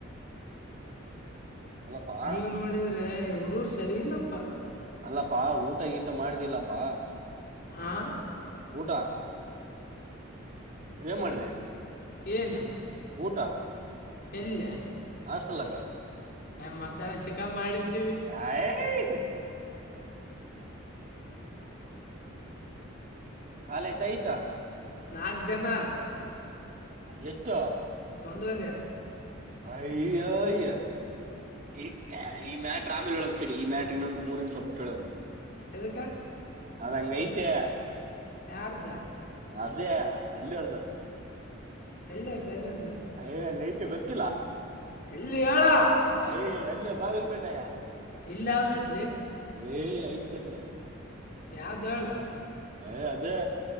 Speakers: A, on the right; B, on the left.
A: ಅಲ್ಲಪ್ಪಾ
B: ನೀವು್ ನೋಡಿದ್ರ ಉಡೂಗ್ರು ಸರಿ ಇಲ್ಲಪ್ಪ
A: ಅಲ್ಲಪ್ಪಾ ಊಟ ಗೀಟ ಮಾಡ್ತಿಿಲ್ಲಪ್ಪಾ
B: ಆ
A: ಊಟ ಏನ್ ಮಾಡ್ರಿ
B: ಏನ್
A: ಊಟ
B: ಇಲ್ಲ
A: ಹಾಸ್ಟೆಲ್ನಾಗ
B: ಮಧ್ಯಾಹ್ನ ಚಿಕನ್ ಮಾಡಿದ್ದ, -
A: ಹಾಯ <unintelligible> ಹ್ಮ್, ಕಾಲಯತ ಐತ. -
B: ನಾಲ್ಕು ಜನ,. -
A: ಎಷ್ಟು?.
B: ಒಂದು <unintelligible> ವರಯ
A: ಭಯ್ಯ, ಅಯ್ಯ ಈ ಈ ಮ್ಯಾಟ್ರಿ ಆಮೇಲೆ ಹೇಳಂತಡಿ. ಈ ಮ್ಯಾಟ್ರ ಇನ್ನೊಂದ್ ಮೂರ್ ನಿಮಿಷ ಬಿುಟ್ಟು ಹೇಳಂತ...
B: ಎದಕ್ಕ <inaudible>
A: ಅದಂಗ ಐತೆ, -
B: ಯಾರದಾ,
A: ಅದೇ ಅಲ್ಲಿ ಎರ್ದಾ <unintelligible>
B: ಎಲ್ಲ ಅರ್್ದು ಎಲ್ಲ ಇರ್ತದೆ <unintelligible>
A: ಹಯ ಅಲ್ಲ ಐತೆ ಗೊತ್ತ.
B: ಎಲ್ಲಿ ಹೇಳ
A: - ಅ <inaudible> ಇಲ್ಲ ಬಾಗಿಲ್ಕೋಟೆಗ. -
B: ಇಲ್ಲಾದೆ <inaudible>
A: ಏ ಆಯ್ತ <unintelligible> ಲ್ಲಯ <inaudible>
B: ಯಾವ್ದ ಹೇಳ., -
A: ಅಯ <unintelligible> ಅದೇ